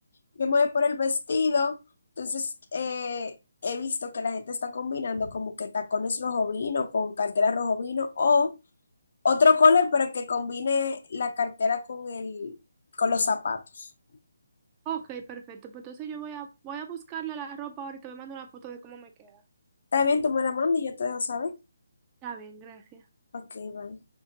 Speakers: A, on the left; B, on the right.
A: Yo me voy por el vestido, entonces eh, he visto que la gente está combinando como que tacones rojo vino con cartera rojo vino o otro color, pero que combine la cartera con el, con los zapatos.
B: Ok, perfecto. Pues entonces yo voy a, voy a buscarle la ropa ahora y te voy a mandar una foto de cómo me queda.
A: Está bien, tú me la mandas y yo te dejo saber.
B: Está bien, gracias.
A: Ok, bye.